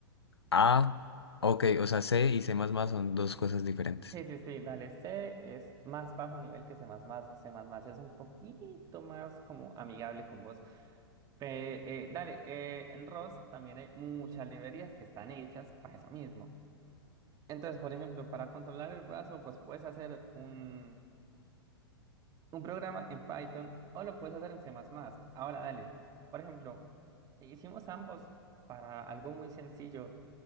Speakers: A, on the left; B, on the right.
A: Ah, ok, o sea, C y C++ son dos cosas diferentes.
B: Sí, sí, sí, dale. C es más bajo nivel que C++. C++ es un poquito más como amigable con vos. Pe- eh, dale, eh, en ROS también hay muchas librerías que están hechas para eso mismo. Entonces, por ejemplo, para controlar el brazo, pues puedes hacer un, un programa en Python o lo puedes hacer en C++. Ahora, dale, por ejemplo, hicimos ambos para algo muy sencillo.